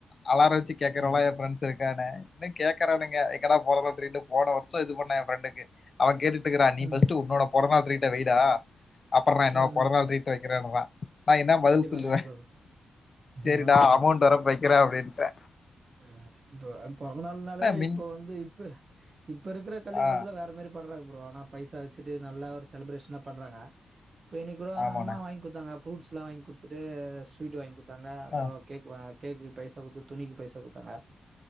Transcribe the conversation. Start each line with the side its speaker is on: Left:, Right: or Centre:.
Left: அலார வச்சி கேக்கறவ
Right: ம்
Left: எல்லா எ ஃப்ரெண்ட்ஸ் இருக்கானே இன்னு கேக்கறானுங்க எங்கடா பொறந்நாள் ட்ரீட்டு போன வர்ஷோ இது பண்ண எ ஃப்ரெண்டுக்கு அவ கேட்டுட்டு இக்குறா நீ
Right: ம்
Left: ஃபஸ்ட் உன்னோட பொறந்த நாள் ட்ரீட்ட வைடா அப்புற என்னோட
Right: ம்
Left: பொறந்த
Right: ம்
Left: நாள் ட்ரீட் டு வெக்கிறனுவே நா என்ன
Right: கண்டிப்பா
Left: பதில் சொல்லுவே
Right: கண்டிப்பா ப்ரோ
Left: செரிடா
Right: ம் ஆமா ப்ரோ
Left: அமௌன் வரப்ப வைக் கிற அப்டின்ட
Right: ம் இப்ப பொறந்த நாள்னாலே
Left: மிஞ்
Right: இப்ப வந்து இப்ப இப்ப இருக்கற கலி
Left: ஆ
Right: காலத்துல வேற மாரி பண்றாங்க ப்ரோ ஆனா பைசா வச்சிட்டு நல்ல ஒரு செலப்ரேஷ்னா பண்றாங்க இப்ப இன்னிக் கூட
Left: ஆமாண்ணே
Right: அம்மா வாய்ங் குட்த்தாங்க ஃப்ரூட்ஸ்லா வாய்ங் குடுத்துட்டு ஸ்வீட் வாய்ங் குடுத்தாங்க அப்புறோ
Left: ஆ
Right: கேக் வ கேக்கு பைசா குடுத்து துணிக்கு பைசா குட்த்தாங்க